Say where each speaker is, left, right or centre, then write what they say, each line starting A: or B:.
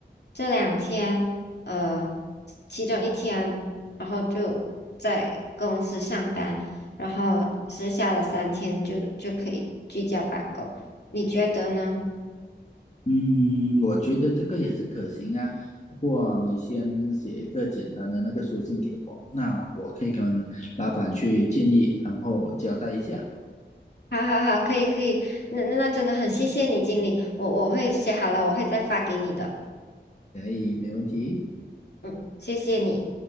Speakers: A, on the left; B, on the left.
A: 这两天，呃，其中一天，然后就在公司上班，然后剩下的三天就就可以居家办公，你觉得呢？
B: 嗯，我觉得这个也是可行啊。不过你先写一个简单的那个书信给我，那我可以跟老板去建议，然后交代一下，
A: 好好好，可以可以，那那那真的很谢谢你，经理，我我会写好了，我会再发给你的。
B: 可以，没问题。
A: 嗯，谢谢你。